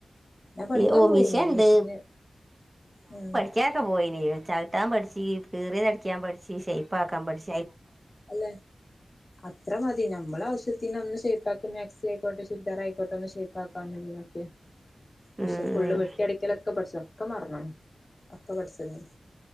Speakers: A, on the left; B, on the right.
A: ഞാൻ പഠിക്കാൻ
B: ഈ ഓ
A: പോയിനു
B: മിഷണ്ട്
A: മെഷീന് ഉ
B: ചക്കൊക്കെ പോയിന ചവിട്ടാൻ പഠിച്ചു കീറിതടിക്കാൻ പഠി ഷേപ്പ് ആക്കാൻ പഠിച്ചു
A: അല്ലേ അത്ര മതി നമ്മൾ ആവശ്യത്തിന് ഒന്ന് ഷൈപ്പ്ആക്കാനും മാക്സി ആയിക്കോട്ടെ ചുരിദാറായിയിക്കട്ടെ ഒന്ന് ഷേപ്പ്ക്കാെ പക്ഷെ
B: ഉം
A: ഫുള്ള്
B: ഉം
A: വെട്ടി അടിക്കലൊക്കെ പഠിച്ച ഒക്കെ മറന്ന് ഒക്കെ പഠിച്ചത്